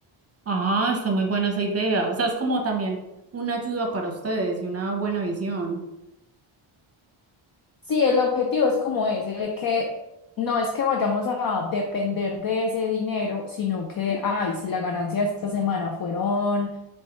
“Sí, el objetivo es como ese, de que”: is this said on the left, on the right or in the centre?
Left